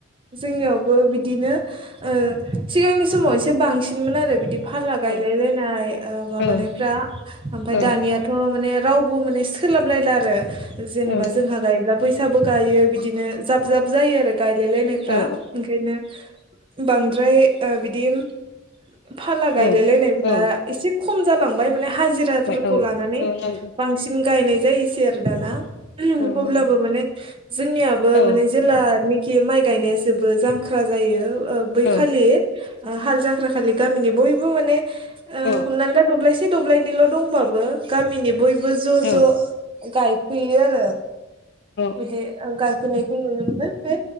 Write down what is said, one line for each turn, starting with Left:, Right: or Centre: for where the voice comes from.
Right: जोंनियावबो बिदिनो ओ सिगांनि समाव एसे बांसिनमोन आरो। बिदि फाला गायलाय
Left: औ
Right: लायनाय माबानायफ्रा
Left: औ
Right: ओमफाय
Left: औ
Right: दानियाथ' माने रावबो माने सोलाबलायला आरो जेनेबा
Left: औ
Right: जोंहा गायब्लाब बो गायो बिदिनो जाब जाब जायो आरो। गायलायलायनायफ्रा
Left: औ
Right: ओंखायनो बांद्राय ओ बिदिम फाला
Left: औ
Right: गायलाय
Left: औ
Right: लायनायफ्रा
Left: औ
Right: एसे ख खम जालांबाय हाजिराफोरखौ
Left: जाबाय औ
Right: लानानै
Left: नंगौ
Right: बांसिन गायनाय जायोसै आरो दाना
Left: औ
Right: अब्लाबो
Left: नंगौ
Right: माने जोंनियाबो
Left: औ
Right: माने जेलानि खि माइ गायनाया जोबो जांख्रा जायो। ओ बैखालि
Left: औ
Right: ओ हाल जांख्रा खालि गामिनि बयबो माने ओ
Left: औ
Right: हमना ला दब्लायसे से दब्लायनैल दंबाबो गामिनि बयब बो ज'
Left: औ
Right: ज' गायफैयो आरो
Left: औ
Right: बिदि ओं गाइ होनायखौ नुनो मोनो। ओ